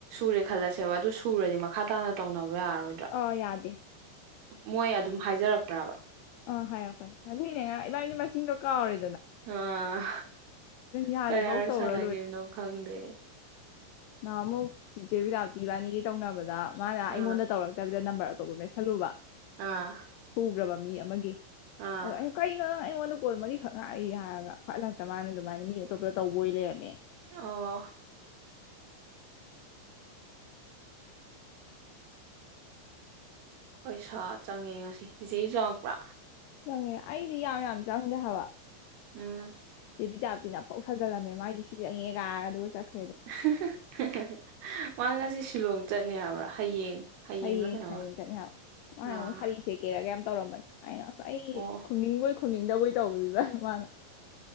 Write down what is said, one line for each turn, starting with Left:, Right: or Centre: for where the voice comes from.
Right: ꯁꯨꯔꯦ ꯈꯜꯂꯁꯦꯕ ꯑꯗꯨ ꯁꯨꯔꯗꯤ ꯃꯈꯥ ꯇꯥꯅ ꯇꯧꯅꯕ ꯌꯥꯔꯥ ꯔꫭꯏꯗꯔꫭ
Left: ꯑꯥ ꯌꯥꯗꯦ
Right: ꯃꯣꯏ ꯑꯗꯨꯝ ꯍꯥꯏꯖꯔꯛꯄ꯭ꯔꯕ
Left: ꯑ ꯍꯥꯏꯔꯛꯄꯅꯦ ꯑꯗꯨꯏꯅꯦ ꯉ ꯏꯃꯥ ꯃꯥꯁꯤꯗꯣ ꯀꯧꯔꯦ
Right: ꯑ
Left: ꯌꯥꯔꯤꯐꯧ
Right: ꯀꯌꯥ
Left: ꯇꯧꯔ
Right: ꯁꯥꯟꯅꯒꯦꯅꯣ ꯈꯪꯗꯦ
Left: ꯅꯍꯥꯑꯃꯨꯛ ꯆꯤꯆꯦ ꯕꯤꯗꯥꯞ ꯇꯤꯕꯥꯅꯤꯒꯤ ꯇꯧꯅꯕꯗ ꯃꯥꯅ ꯑꯩꯉꯣꯟꯗ
Right: ꯑꯥ
Left: ꯇꯧꯔꯛꯇꯕꯤꯗ ꯅꯝꯕꯔ ꯇꯣꯞ ꯃꯦꯁꯜꯂꯨꯕ
Right: ꯑꯥ
Left: ꯄꯨꯈ꯭ꯔꯕ ꯃꯤ ꯑꯃꯒꯤ
Right: ꯑꯥ
Left: ꯑꯗꯩꯅ ꯀꯩꯅ ꯑꯩꯉꯣꯟ ꯀꯣꯜ ꯃꯔꯤꯈꯛ ꯉꯥꯛꯏ ꯍꯥꯏꯔꯒ ꯐꯠꯂꯥꯁꯇ ꯃꯥꯅ ꯑꯗꯨꯃꯥꯏꯅ ꯃꯤ ꯑꯇꯣꯞꯄꯗ ꯇꯧꯕ ꯑꯣꯏ ꯂꯩꯔꯝꯃꯦ
Right: ꯑꫭ ꯄꯩꯁꯥ ꯆꯪꯉꯦ ꯉꯁꯤ ꯆꯤꯆꯦ ꯌꯪꯉꯛꯄ꯭ꯔꯥ
Left: ꯆꯪꯉꯦ ꯑꯩꯗꯤ ꯌꯥꯝ ꯌꯥꯝ ꯆꯪꯗꯦ ꯍꯥꯏꯕ
Right: ꯑꯝ
Left: ꯁꯤ ꯄꯤꯖꯥꯞꯇꯤꯅ ꯄꯥꯎ ꯁꯥꯖꯤꯜꯂꯝꯃꯦ ꯃ ꯃꯥꯗꯤ ꯁꯤ ꯆꯪꯉꯦ ꯀꯥꯏꯔꯒ ꯑꯗꯨꯒ ꯆꯠꯈ꯭ꯔꯦ ꯑꯗꯣ
Right: <unintelligible> ꯃꯥ ꯉꯁꯤ ꯁꯤꯂꯣꯡ ꯆꯠꯅꯦ ꯍꯥꯏꯕ꯭ꯔꯥ ꯍꯌꯦꯡ ꯍꯌꯦꯡꯂ
Left: ꯍꯌꯦꯡ
Right: ꯀꯩꯅꯣꯃ
Left: ꯍꯌꯦꯡ ꯆꯠꯅꯤ ꯍꯥꯏ ꯅꯥꯏꯉꯣꯟꯗ
Right: ꯑꯥ
Left: ꯁꯥꯔꯤ ꯁꯦ ꯀꯦꯔꯒ ꯌꯥꯝ ꯇꯧꯔꯝꯕꯅꯦ ꯑꯩꯅ ꯑꯁ ꯑꯩ
Right: ꯑꯣ
Left: ꯈꯨꯝꯅꯤꯡꯕꯣꯏ ꯈꯨꯝꯅꯤꯡꯗꯕꯩ ꯇꯧꯕꯗꯨꯗ ꯃꯥꯅ